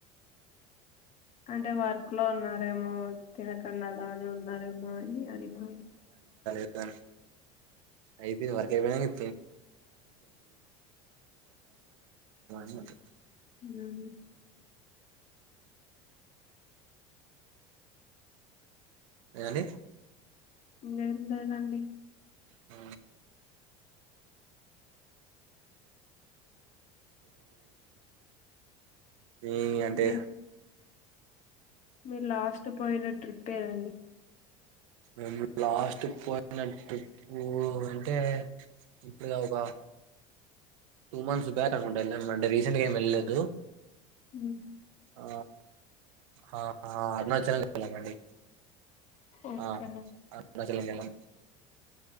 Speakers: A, on the left (about 45°); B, on the right (about 80°).
A: అంటే వర్క్ లో ఉన్నారేమో, తినకుండా అలానే ఉన్నారేమో అని, అడిగాయి.
B: దన్ అయిపోయింది వర్. <unintelligible>
A: ఉమ్.
B: ఇవండీ.
A: గంతేనండి.
B: అ ఏ ఇయంటే.
A: మీ మీరు లాస్ట్ పోయిన ట్రిప్ అదండి.
B: ఉహు లాస్ట్. పోయిన ట్రిప్పు అంటే ఇప్పుడు ఒక. టూ మంత్స్ బ్యాక్ అనుకుంట, వెళ్ళ అంటే, రీసెంట్గా ఏమి వెళ్ళలేదు.
A: మ్మ్.
B: ఆ ఆ అరుణాచల అరుణాచలం అండి
A: ఓకే
B: ఆ అరుణాచలం <inaudible>